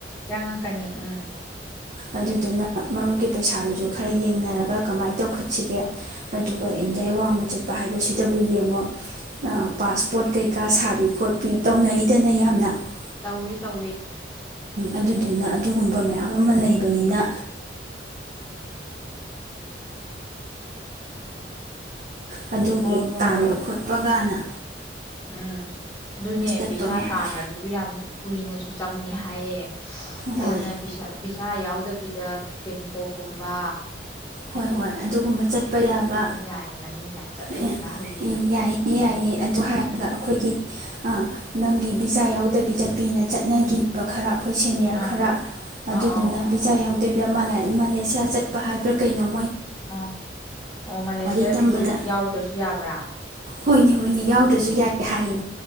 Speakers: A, on the left (about 15°); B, on the right (about 45°).
A: ꯆꯪꯉꯛꯀꯅꯤ ꯎꯝ
B: ꯑꯗꯨꯗꯨꯅ <inaudible> <inaudible> <inaudible> <inaudible> <inaudible> <inaudible>
A: ꯇꯧꯏ ꯇꯣꯏ
B: ꯑꯗꯨꯗꯨꯅ ꯑꯗꯨꯒꯨꯝꯕ ꯃꯌꯥꯝ ꯑꯃ ꯂꯩꯕꯅꯤꯅ <inaudible> ꯑꯗꯨꯒꯤ
A: ꯍꯣꯏ ꯍꯣꯏ
B: ꯇꯟꯕ
A: ꯍꯣꯏ
B: ꯈꯣꯠꯄꯥ ꯒꯥꯅ
A: ꯎꯝ ꯑꯗꯨꯅꯦ
B: ꯆꯠꯄ
A: ꯕꯤꯁꯥ
B: ꯃꯥꯜꯂꯦ
A: ꯇꯥꯟꯕꯖꯤꯖꯨ ꯌꯥꯝ ꯀꯨꯏꯅꯁꯨ ꯆꯪꯉꯤ ꯍꯥꯏꯌꯦ <unintelligible>
B: ꯍꯣꯏ
A: ꯑꯗꯨꯅ <unintelligible> ꯕꯤꯁꯥ ꯌꯥꯎꯗꯕꯤꯗ ꯕꯦꯡꯀꯣꯛ ꯀꯨꯝꯕꯥ
B: ꯍ‌ꯣꯏ‌ꯍ‌ꯣꯏ ꯑꯗꯨꯒꯨꯝꯕ ꯆꯠꯄ ꯌꯥꯕ‌
A: ꯑꯗꯨꯝ ꯌꯥꯏꯗꯅ ꯃꯤ ꯌꯥꯝ ꯆꯠꯅꯩꯗꯅ
B: <unintelligible>
A: ꯍꯧꯖꯤꯛ
B: ꯌꯥꯌ‌ꯦ ꯌꯥꯌ‌ꯦ ꯑꯗꯨ ꯍꯥꯏꯔꯒ ꯈ‌ꯣꯏꯒꯤ ꯑꯥ ꯅꯪꯒꯤ ꯕꯤꯖ ꯌꯥꯏꯗꯤꯗ ꯄꯤꯅ ꯆꯠꯅꯈꯤꯌ‌ꯦꯕ ꯈꯔꯥ ꯈ‌ꯣꯏ ꯁꯤꯅ‌ꯦꯔ
A: ꯑꯥ
B: ꯈꯔ ꯑꯗꯨꯗꯨꯅ
A: ꯑꯥ ꯑꯥ
B: ꯕꯤꯖꯥ ꯌꯥꯎꯗꯕꯤꯙ <unintelligible> ꯃꯥꯂ‌ꯦꯁꯤꯌꯥ ꯆꯠꯄ ꯍꯥꯏꯕ꯭ꯔꯥ ꯀꯩꯅ‌ꯣ ꯀꯩꯅ‌ꯣ
A: ꯑ ꯑꯣ ꯃꯂꯦꯁꯤꯌꯥꯖꯤꯖꯨ
B: ꯇꯝꯕꯗ
A: ꯌꯥꯎꯗꯔꯥꯁꯨ ꯌꯥꯕꯔ
B: ꯍꯣꯏꯅꯦ ꯍꯣꯏꯅꯦ ꯌꯥꯎꯗꯔꯁꯨ ꯌꯥꯏ ꯍꯥꯏꯅꯦ